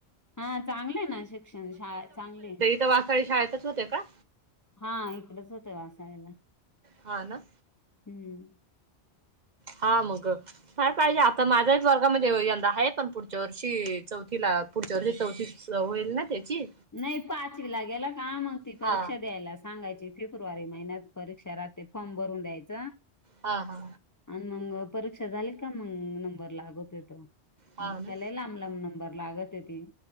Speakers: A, on the left; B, on the right.
A: हा चांगलय ना शिक्षण शाळा चांगली हाय
B: तवा सगळे शाळेतच होत्या का?
A: हा इकडच होतो शाळेला
B: हा ना
A: हम.
B: हा मग काय पाहिजे आता माझ्याच वर्गामध्ये यंदा आहेत अन पुढच्या वर्षी चौथीला. पुढच्या वर्षी चौतीच होईल ना त्याची.
A: नाय पाचवी ला गेला का मग ती परीक्षा
B: हा
A: द्यायला असती. सांगायची फेब्रुवारी महिन्यात परीक्षा राहते फॉर्म भरून द्यायचा.
B: हा‌. हा.
A: आन मग परीक्षा झाली का मग नंबर लागतोय तो.
B: हा ना
A: त्या लय लांब लांब नंबर लागत्याती.